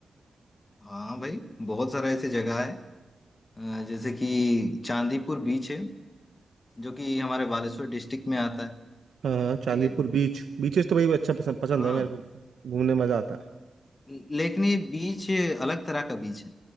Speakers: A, on the left; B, on the right.
A: हाँ भाई बहुत सारा ऐसे जगह है आ, जैसे कि चांदीपुर बीच है जो कि हमारे बालेश्वर डिस्ट्रिक्ट में आता
B: हाँ हाँ
A: है
B: चांदीपुर
A: ठीक है
B: बीच बीचेस तो भाई अच्छा पसंद पसंद
A: हाँ
B: है मेरे को घूमने मजा आता
A: लेकिन ये बीच अलग तरह का बीच है